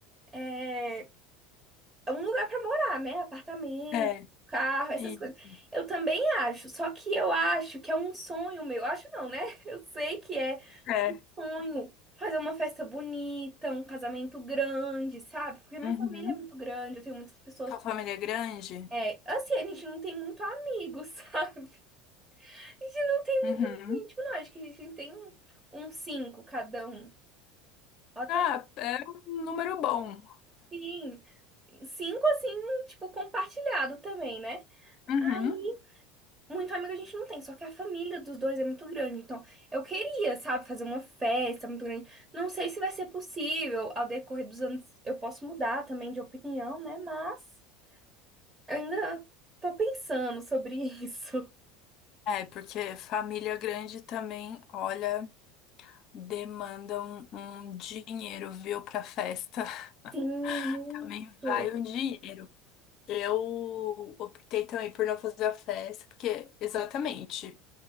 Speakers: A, on the right; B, on the left.
A: é, um lugar para morar, né? Apartamento,
B: É,
A: carro, essas
B: isso,
A: coisas. Eu também acho, só que eu acho que é um sonho meu. Acho não, né? <laughs> Eu sei que é
B: é.
A: sonho. Fazer uma festa bonita, um casamento grande, sabe? Porque minha
B: Uhum.
A: família é muito grande, eu tenho muitas pessoas.
B: Sua família é grande?
A: É, assim, a gente não tem muito amigo, <laughs> sabe? A gente não tem
B: Uhum.
A: muito amigo íntimo, não. Acho que a gente tem um uns cinco cada um. Até
B: Ah, é um número bom.
A: sim. Cinco, assim, tipo, compartilhado também, né?
B: Uhum.
A: e Muito amigo a gente não tem, só que a família dos dois é muito grande. Então, eu queria, sabe, fazer uma festa muito grande. Não sei se vai ser possível. Ao decorrer dos anos, eu posso mudar também de opinião, né? Mas eu ainda tô pensando sobre <laughs> isso.
B: É, porque família grande também, olha. demanda um, um dinheiro, viu, pra festa. <laughs>
A: Sim, muito.
B: Também vai um dinheiro. Eu optei também por não fazer a festa, porque exatamente,